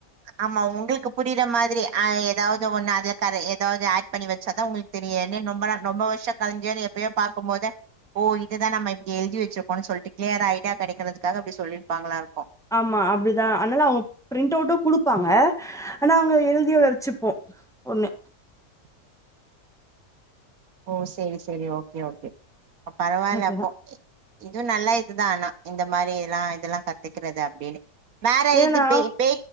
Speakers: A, on the right; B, in the centre.
A: ஆமா உங்களுக்கு புரியற மாதிரி ஆ ஏதாவது ஒன்னு அதுல கரை ஏதது ஆட் பண்ணி வச்சாதா உங்களுக்கு தெரியு ரொம்பனா ரொம்ப வருஷ கழிஞ்சேன்னு எப்பயோ பாக்கும் போது ஓ இததா நம்ம இப்டி எழுதிவச்சிருக்கோனு சொல்ட்டு கிளியர் ஐடியா கெடக்கறதுக்காக அப்டி சொல்லிருப்பாங்களா இருக்கூ
B: ஆமா அப்டிதா ஆனால அவுங்க பிரிண்ட் அவுட்டூ குடுப்பாங்க ஆனா அங்க எழுதியு வெச்சுப்போ ஒண்ணு
A: <inaudible> ஓ செரி செரி ஓகே ஓகே அ பரவாலப்போ
B: அதுதா
A: இது நல்ல இதுதான் ஆனா இந்த மாரி எல்லா இதெல்லா கத்துக்கிறது அப்டின்னு வேற
B: ஏன்னா
A: இதுப் பே பே